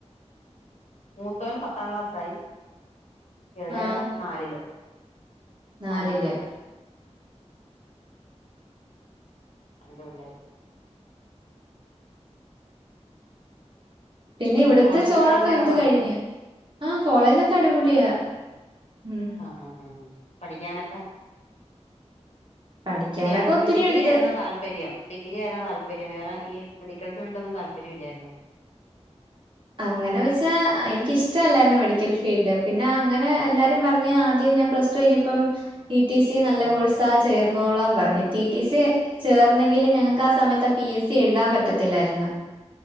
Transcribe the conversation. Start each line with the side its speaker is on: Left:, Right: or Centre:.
Left: മൂത്തോന് പത്താം ക്ലാസ്സ് ആയി ഇളയവൻ
Right: ആ
Left: നാലില്
Right: നാലില്
Left: നാലാം ക്ലാസ്സില് രണ്ട് പിള്ളേര്
Right: പിന്നെ ഇവിടത്തെ
Left: കോളേജൊക്കെ
Right: ചോറൊക്കെ
Left: അടിപൊളിയാണോ
Right: വെന്ത് കഴിഞ്ഞ് ആ കോളേജൊക്കെ അടിപൊളിയാ ഉം
Left: ആ ആ ആ പഠിക്കാനൊക്ക
Right: പഠിക്കാനൊക്കെ
Left: <unintelligible>
Right: ഒത്തിരി
Left: ഡിഗ്രി
Right: ഉണ്ട്
Left: ആയിരുന്നു താല്പര്യം ഡി ഡിഗ്രി ആരുന്നോ താല്പര്യം വേറെ ഈ മെഡിക്കൽ ഫീൽഡ് ഒന്നും താല്പര്യമില്ലായിരുന്നോ
Right: അങ്ങനെ വെച്ചാ എനിക്കിഷ്ടല്ലായിരുന്നു മെഡിക്കൽ ഫീൽഡ് പിന്നെ അങ്ങനെ എല്ലാരും പറഞ്ഞ് ആദ്യം ഞാൻ പ്ലസ് ടു കഴിഞ്ഞപ്പം ടി ടി സി നല്ല
Left: ആഹ്
Right: കോഴ്സാ ചേർന്നോളം പറഞ്ഞ് റ്റി റ്റി സെ ചേർ ഒന്നെങ്കില് ഞങ്ങക്ക്
Left: ആഹ്
Right: ആ സമയത്തെ പി എസ് സി എഴുതാൻ പറ്റത്തില്ലായിരുന്നു